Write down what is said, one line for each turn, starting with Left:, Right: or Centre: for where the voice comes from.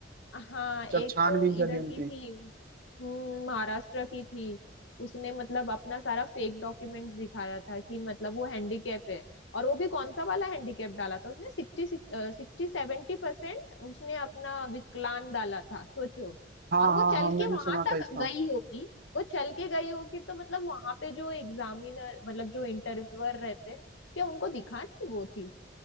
Left: हाँ एक
Right: जब छानबीन
Left: तो
Right: चली
Left: इधर
Right: उनकी
Left: की थी हम्म महाराष्ट्र की थी उसने मतलब अपना सारा फेक डॉक्यूमेंट्स दिखाया था कि मतलब वो हैंडीकैप है और वो भी कौन सा वाला हैंडीकैप डाला था उसने सिक्सटी सिक्सटी सेवेंटी परसेंट उसने अपना विकलांग डाला था सोचो
Right: हाँ
Left: और वो
Right: हाँ
Left: चल
Right: हाँ मैंने
Left: के वहां
Right: सुना
Left: तक
Right: था इसका
Left: गई होगी वो चल के गई होगी तो मतलब वहां पे जो एग्जामिनर मतलब जो इंटरव्यूअर रहते हैं क्या उनको दिखा नहीं वो चीज